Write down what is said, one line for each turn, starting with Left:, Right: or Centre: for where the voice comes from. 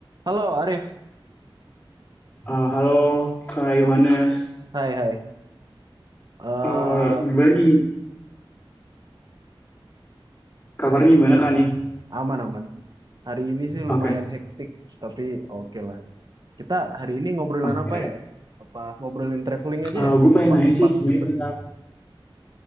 Right: Halo Arif,
Left: Eh, halo Kak Yohanes,
Right: hai hai. Eh
Left: Eh, gimana nih kabarnya
Right: hari ini kita
Left: gimana Kak nih?
Right: aman-aman. Hari ini sih
Left: Oke,
Right: lumayan hektik, tapi oke lah. Kita hari ini ngobrolin
Left: oke.
Right: apa ya? Apa ngobrolin traveling aja
Left: Eh,
Right: ya
Left: gue
Right: ke
Left: pengen
Right: tempat-tempat
Left: nanya sih sebenarnya
Right: gitu?
Left: tentang,